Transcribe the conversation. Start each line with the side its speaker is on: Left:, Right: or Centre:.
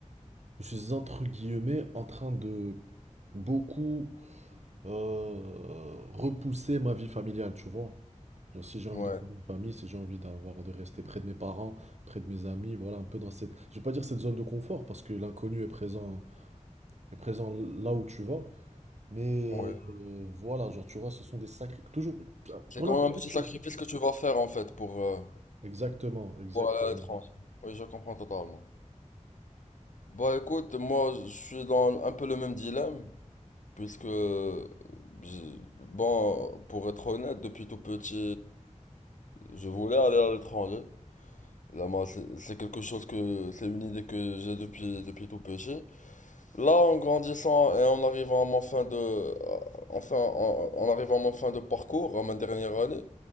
Right: je suis entre guillemets en train de beaucoup euh, repousser ma vie familiale, tu vois. Genre, si j'ai envie
Left: ouais,
Right: de fonder une famille, si j'ai envie d'avoir de rester près de mes parents, près de mes amis, voilà, un peu dans cette, je vais pas dire cette zone de confort parce que l'inconnu est présent, est présent là où tu vas, mais
Left: ouais.
Right: euh, voilà, genre tu vois, ce sont des sacrés, toujours
Left: C'est
Right: pour
Left: quand
Right: n'importe
Left: même un petit
Right: qui.
Left: sacrifice que tu vas faire en fait pour, euh,
Right: Exactement, exactement.
Left: pour aller à l'étranger. Oui, je comprends totalement. Bah écoute, moi je suis dans un peu le même dilemme, puisque, euh, je- bon, pour être honnête, depuis tout petit, je voulais aller à l'étranger. Là, moi, c'est c'est quelque chose que, c'est une idée que j'ai depuis, depuis tout petit. Là, en grandissant et en arrivant à mon fin de, euh, enfin, en, en arrivant à mon fin de parcours, à ma dernière année,